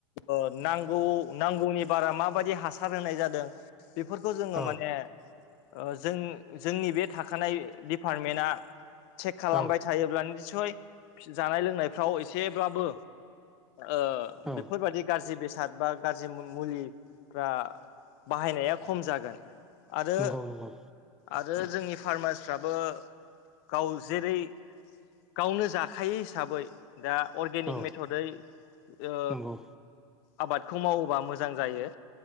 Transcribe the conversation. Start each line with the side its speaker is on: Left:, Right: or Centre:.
Left: ओ नांगौ नांगौनि बारा माबायदि हासार होनाय जादों बेफोरखौ जोङो
Centre: औ
Left: माने ओ जों जोंनि बे थाखानाय दिपार्टमेन्टआ चेक खालामबाय
Centre: औ
Left: थायोब्ला निस्सय जानाय लोंनायफ्राव एसेब्लाबो ओ
Centre: औ
Left: बेफोरबायदि गाज्रि बेसाद बा गाज्रि मुलिफ्रा बाहायनाया खम जागोन। आरो
Centre: नंगौ नंगौ।
Left: आरो जोंनि फार्मासफ्राबो गाव जेरै गावनो जाखायो हिसाबै दा अर्गेनिक
Centre: औ
Left: मेथयै ओ
Centre: नंगौ औ
Left: आबादखौ मावोबा मोजां जायो